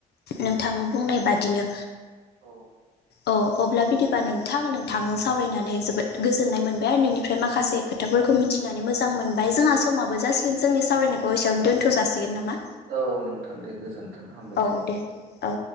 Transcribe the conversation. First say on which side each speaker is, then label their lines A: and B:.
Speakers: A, on the left (about 55°); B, on the right (about 75°).
A: नोंथां बुंनाय बादिनो।
B: औ
A: औ अब्ला बिदिबा नोंथां नोंथांजों सावरायनानै जोबोद गोजोन गोजोननाय मोनबाय आरो नोंनिफ्राय माखासे खोथाफोरखौ मिथिनानै मोजां मोनबाय जोंहा समाबो जासिगोन जोंनि सावरायनायखौ। बेसेयावनो दोनथ' जासिगोन नामा?
B: औ नोंथां दे गोजोन्थों हामबायसै।
A: औ दे औ